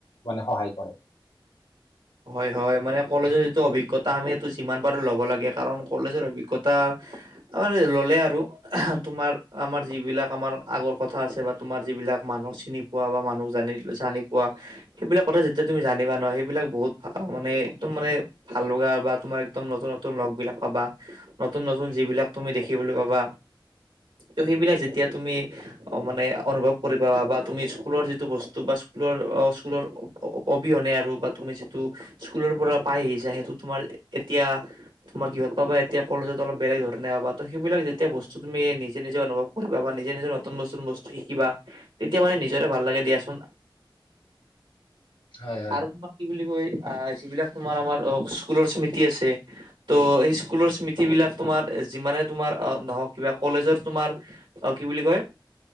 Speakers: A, on the left; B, on the right.
A: মানে সহায় কৰে। <inaudible>
B: হয় হয়, মানে কলেজৰ যিটো অভিজ্ঞতা আমি সেইটো যিমান পাৰোঁ ল'ব লাগে কাৰণ কলেজৰ অভিজ্ঞতা আৰে ল'লে আৰু তোমাৰ আমাৰ যিবিলাক আমাৰ আগৰ কথা আছে বা তোমাৰ যিবিলাক মানুহ চিনি পোৱা বা মানুহক জান জানি পোৱা সেইবিলাক কথা যেতিয়া তুমি জানিবা ন' সে বিলাক বহুত ভা মানে একদম মানে ভাল লগা বা তোমাৰ একদম নতুন নতুন লগবিলাক পাবা। নতুন নতুন যিবিলাক তুমি দেখিবলৈ পাবা ত' সেইবিলাক যেতিয়া তুমি অ' মানে অনুভৱ কৰিবা বা তুমি স্কুলৰ যিটো বস্তু বা স্কুলৰ স্কুলৰ অবিহনে আৰু বা তুমি যিটো স্কুলৰপৰা পাই আহিছা সেইটো তোমাৰ এতিয়া তোমাৰ কিহত পাবা এতিয়া কলেজত অলপ বেলেগ ধৰণে পাবা ত' সেইবিলাক যেতিয়া বস্তু তুমি নিজ নিজে অনুভৱ বা নিজে নিজৰ নতুন নতুন বস্তু শিকিবা তেতিয়া মানে নিজৰে ভাল লাগে দিয়াচোন।
A: হয় হয়।
B: আৰু ম কি বুলি কয় আ, যিবিলাক তোমাৰ আমাৰ অ' স্কুলৰ স্মৃতি আছে ত' সেই স্কুলৰ স্মৃতিবিলাক তোমাৰ যিমানে তোমাৰ নহ'ক কিবা কলেজৰ তোমাৰ অ' কি বুলি কয়